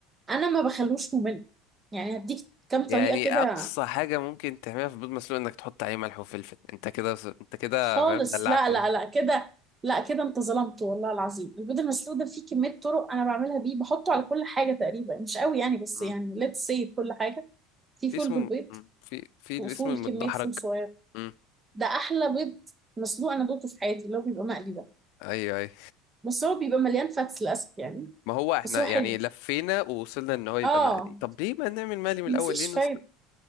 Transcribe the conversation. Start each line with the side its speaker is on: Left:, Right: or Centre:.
Right: انا ما بخلوش ممل يعني هديك كام طريقه
Left: يعني
Right: كده
Left: اقصى حاجه ممكن تعملها في بيض مسلوق انك تحط عليه ملح وفلفل انت كده انت كده
Right: خالص
Left: فاهم دلعته
Right: لا لا لا كده لا كده انت ظلمت والله العظيم البيض المسلوق ده فيه كميه طرق انا بعملها بيه بحطه على كل حاجه تقريبا مش قوي يعني بس
Left: مم.
Right: يعني ليتس سي كل حاجه في
Left: في
Right: فول
Left: اسمه
Right: بالبيض
Left: مم. في في الاسم
Right: وفول
Left: المتدحرج
Right: كميه فول صغير
Left: مم.
Right: ده احلى بيض مسلوق انا دوقته في حياتي اللي هو بيبقى مقلي ده
Left: ايوه ايوه
Right: بس هو بيبقى مليان فاتس للاسف يعني
Left: ما هو احنا
Right: بس هو
Left: يعني
Right: حلو
Left: لفينا ووصلنا ان هو يبقى
Right: اه
Left: مقلي طب ليه ما نعمل مقلي من
Right: مفيش
Left: الاول ليه نسلق
Right: فايده